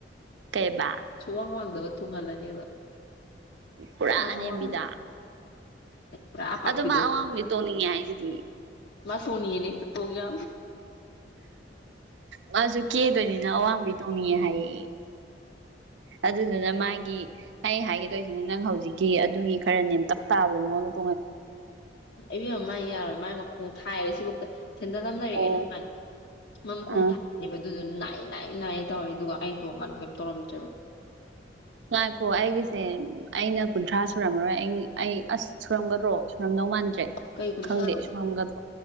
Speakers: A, on the right; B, on the left.
A: ꯀꯩꯕꯥ
B: ꯁꯨꯋꯥꯡ ꯋꯥꯡꯗꯕ ꯇꯣꯡꯍꯜꯂꯅꯦꯕ
A: ꯄꯨꯔꯥ
B: ꯃꯥ
A: ꯑꯅꯦꯝꯕꯤꯗ
B: ꯑꯋꯥꯡꯕꯗꯣ ꯄꯨꯔꯥ ꯑꯄꯥꯛꯄꯤꯗꯣ
A: ꯑꯗꯣ ꯃꯥ ꯑꯋꯥꯕꯗꯤ ꯇꯣꯡꯅꯤꯡꯉꯦ ꯍꯥꯏꯁꯤꯗꯤ
B: ꯃ ꯁ ꯎꯅꯤꯅꯦ ꯇꯣꯡꯒ
A: ꯃꯥꯁꯨ ꯀꯦꯗꯣꯏꯅꯤꯅ ꯑꯋꯥꯡꯕ ꯇꯣꯡꯅꯤꯡꯌꯦꯦ ꯍꯥꯏꯌꯦ ꯑꯗꯨꯗꯨꯅ ꯃꯥꯒꯤ ꯑꯩ ꯍꯥꯏꯒꯗꯣꯏ ꯅꯪ ꯍꯧꯖꯤꯛꯀꯤ ꯑꯗꯨꯒꯤ ꯈꯔꯅꯦ ꯇꯞ ꯇꯥꯕꯗꯣ ꯃꯑꯣꯣꯟꯗ
B: ꯑꯕꯦꯝ ꯃꯥꯏ ꯌꯥꯔꯣꯏ ꯃꯥꯏ ꯃꯈꯣꯡ ꯊꯥꯏꯑꯕ ꯁꯤꯐꯧꯛꯇ ꯁꯦꯟꯗꯂꯝ ꯂꯩꯔꯛꯑꯦ
A: ꯑꯣ
B: ꯅꯍꯥꯟ ꯃꯈꯣꯡ
A: ꯑ
B: ꯊꯥꯕ ꯑꯗꯨꯗꯨ ꯅꯥꯏ ꯅꯥꯏ ꯅꯥꯏꯌꯦ ꯇꯧꯔꯏ ꯑꯗꯨꯒ ꯑꯩꯅ ꯇꯣꯡꯀꯥꯟꯗ ꯀꯩꯝ ꯇꯧꯔꯝꯗ꯭ꯔꯦꯕ
A: ꯉꯥꯏꯈꯣ ꯑꯩꯒꯤꯁꯦ ꯑꯩꯅ ꯀꯨꯟꯊ꯭ꯔꯥ ꯁꯨꯔꯝꯃꯔꯣꯏ ꯑꯩ ꯑꯩ ꯑꯁ ꯁꯨꯔꯝꯒꯗ꯭ꯔꯣ ꯁꯝ ꯅꯧ ꯃꯥꯟꯗ꯭ꯔꯦ
B: ꯀꯩ ꯀꯨꯟꯊ꯭ꯔꯥꯅꯣ
A: ꯈꯪꯗꯦ ꯁꯨꯔꯝꯒꯗ꯭ꯔꯣ